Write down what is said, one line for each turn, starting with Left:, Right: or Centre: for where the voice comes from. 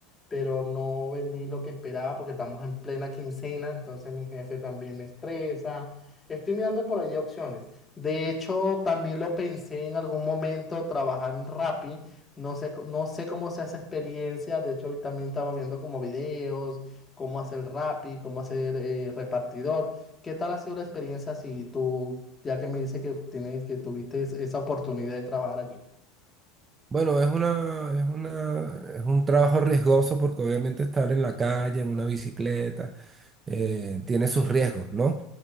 Left: pero no vendí lo que esperaba porque estamos en plena quincena, entonces mi jefe también me estresa. Estoy mirando por allí opciones. De hecho, también lo pensé en algún momento trabajar en Rappi. No sé, co- no sé cómo se hace experiencia. De hecho, hoy también estaba viendo como videos, cómo hacer Rappi, cómo hacer eh, repartidor. ¿Qué tal ha sido la experiencia si tú, ya que me dices que tienes, que tuviste es- esa oportunidad de trabajar allí?
Right: Bueno, es una, es una, es un trabajo riesgoso porque obviamente estar en la calle, en una bicicleta, eh, tiene sus riesgos, ¿no?